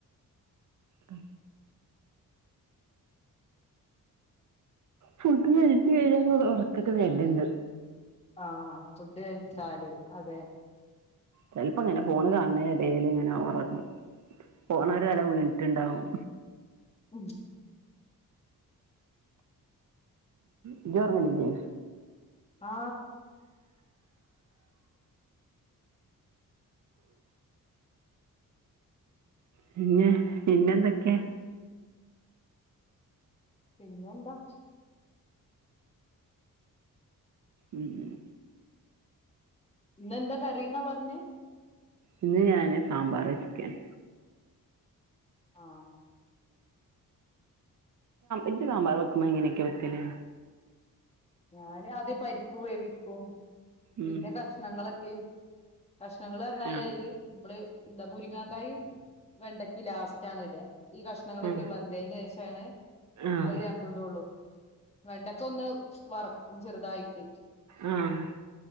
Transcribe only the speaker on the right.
ആ ഫുഡ് കഴിച്ച് കഴിഞ്ഞാൽ ഉറക്കൊക്കെ വരലിണ്ട്
ചെൽപ്പോ ഇങ്ങനെ ഫോണ് കാണണെനെഡെല് ഇങ്ങനെ ഉറങ്ങും ഫോണ്
ഒരു കല വീണിട്ടുണ്ടാവും
ഇജ് ഉർങ്ങലിലെ
പിന്നെ പിന്നെന്തൊക്കെയാ
ഉം ഉം
ഇന്ന് ഞാന് സാമ്പാർ വച്ചിക്കാണ്
ഇജ് സാമ്പാർ വെക്കുമ്മ എങ്ങനെക്ക വെക്കല്
ഉം
ആഹ്
ഉം
ആഹ്
ഊം